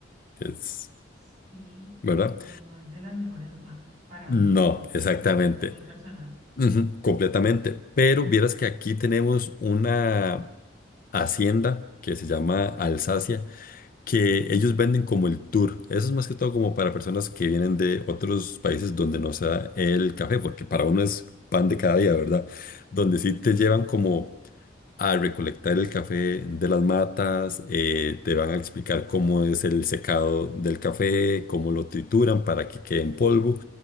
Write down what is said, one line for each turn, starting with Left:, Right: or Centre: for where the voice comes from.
Left: es,
Right: Sí,
Left: ¿verdad?
Right: pero no es de las mejores marcas para
Left: No,
Right: mí, un, con-
Left: exactamente.
Right: un concepto muy personal.
Left: Ujú, completamente. Pero vieras que aquí tenemos una hacienda que se llama Alsacia que ellos venden como el tour. Eso es más que todo como para personas que vienen de otros países donde no sea el café, porque para uno es pan de cada día, ¿verdad? Donde sí te llevan como a recolectar el café de las matas, eh, te van a explicar cómo es el secado del café, cómo lo trituran para que quede en polvo.